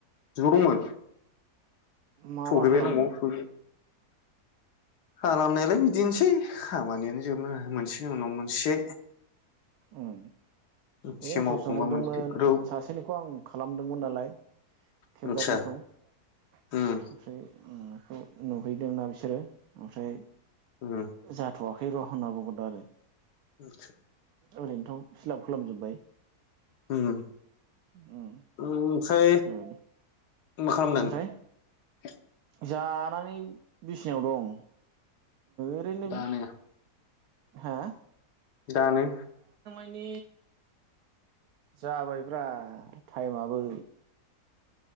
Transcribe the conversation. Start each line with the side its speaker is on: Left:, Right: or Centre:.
Left: ज दंमोन
Right: मा
Left: सहैबाय
Right: मा खालामदों
Left: नआव सहैनाय खालामनायालाय बिदिनोसै खामानियानो जोबनो रोङा मोनसेनि उनाव मोनसे
Right: उम
Left: मोनसे
Right: ओइ असक
Left: मावखांबा
Right: सोंहरदोंमोन
Left: मोनसे ग्रोब
Right: सासेनिखौ आं खालामदोंमोन नालाय खेबदारनिखौ
Left: आदसा
Right: ओमफ्राय
Left: उम
Right: उम खौ नुहैदोंना बिसोरो ओमफ्राय
Left: उम
Right: जाथ'वा सै र होनना बुंहरदों आरो
Left: आतसा
Right: ओरैनोथ' फिलाब खालामजोब्बाय
Left: उम
Right: उम
Left: औ सै
Right: बेबायदि
Left: नों मा खालामदों?
Right: ओमफ्राय
Left: <unintelligible>
Right: जानानै बिसिनायाव दं। ओरैनो
Left: दानो
Right: हा
Left: दानो
Right: नि जाबायब्रा टाइमाबो